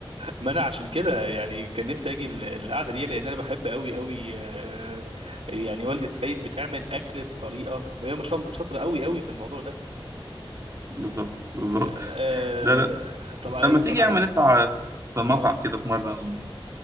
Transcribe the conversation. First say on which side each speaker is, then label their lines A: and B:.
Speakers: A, on the right; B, on the right.
A: ما أنا عشان كده يعني كان نفسي أجي ال- القعدة دي لأن أنا بحب أوي أوي آه يعني والدة سيد بتعمل أكل بطريقة وهي ما شاء الله شاطرة أوي أوي في الموضوع ده
B: بالظبط بالظبط
A: آه
B: <laughs> لا لا
A: طبعا
B: لما تيجي
A: طبعا
B: يا
A: أنا
B: عم نطلع في مطعم
A: آه
B: كده في مره